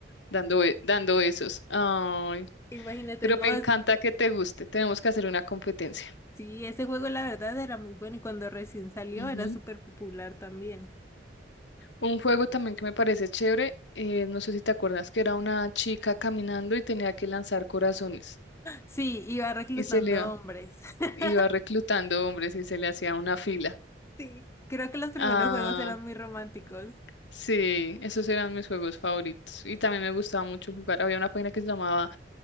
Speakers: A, on the left; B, on the left.
A: dando, be- dando besos. Ay,
B: Imagínate,
A: Pero
B: no,
A: me encanta
B: es-
A: que te guste. Tenemos que hacer una competencia.
B: sí, ese juego la verdad era muy bueno y cuando recién salió
A: Ujú.
B: era súper popular también.
A: Un juego también que me parece chévere. eh, no sé si te acuerdas que era una chica caminando y tenía que lanzar corazones.
B: Sí, iba reclutando
A: Y se le iba,
B: hombres. <laughs>
A: iba reclutando hombres y se le hacía una fila.
B: Sí, creo que los primeros
A: Ah,
B: juegos eran muy románticos.
A: sí, esos eran mis juegos favoritos. Y también me gustaba mucho jugar. Había una página que se llamaba